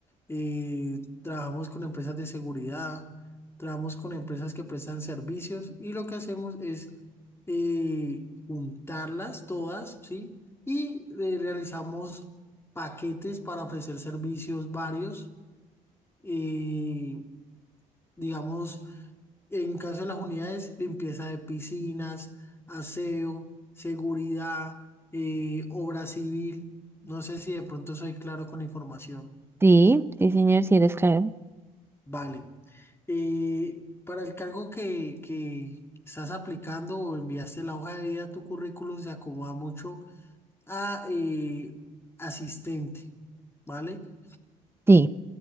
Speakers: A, on the left; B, on the right.
A: eh, trabajamos con empresas de seguridad, trabajamos con empresas que prestan servicios y lo que hacemos es eh, juntarlas todas, ¿sí? Y eh, realizamos paquetes para ofrecer servicios varios, eh, digamos, en caso de las unidades, limpieza de piscinas, aseo, seguridad, eh, obra civil. No sé si de pronto soy claro con la información.
B: Sí, sí, señor, sí eres claro.
A: Vale. Eh, para el cargo que, que estás aplicando o enviaste la hoja de vida, tu currículum se acomoda mucho a eh, asistente, ¿vale?
B: Sí.